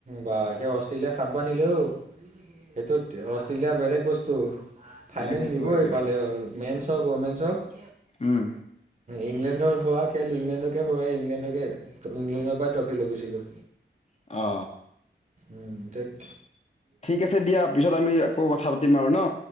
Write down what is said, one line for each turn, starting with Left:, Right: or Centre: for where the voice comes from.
Right: বা একে অষ্ট্ৰেলিয়াই সাতবাৰ নিলে অ' সেইটোত অষ্ট্ৰেলিয়া বেলেগ বস্তু।
Left: বেলেগ
Right: ফাইনেল
Left: বস্তু
Right: নিবই
Left: হৈ আছে বাৰী
Right: পালে হ'ল মেনছ হওক ৱমেনছ হওঁক।
Left: উম।
Right: ইংলেণ্ডত হোৱা খেল ইংলেণ্ডকে হৰুৱাই ইংলেণ্ডকে ইংলেণ্ডৰ পৰাই ট্ৰফি লৈ গুচি গ'ল।
Left: অ
Right: উম দেখ
Left: ঠিক আছে দিয়া পিছত আমি আকৌ কথা পাতিম আৰু ন?